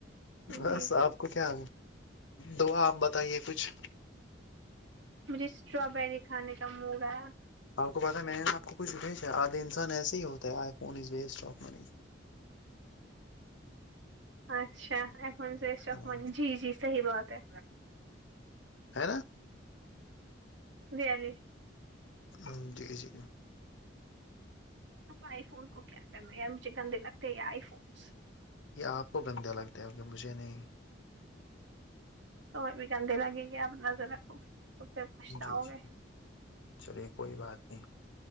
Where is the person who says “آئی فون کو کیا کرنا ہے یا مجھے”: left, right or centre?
Right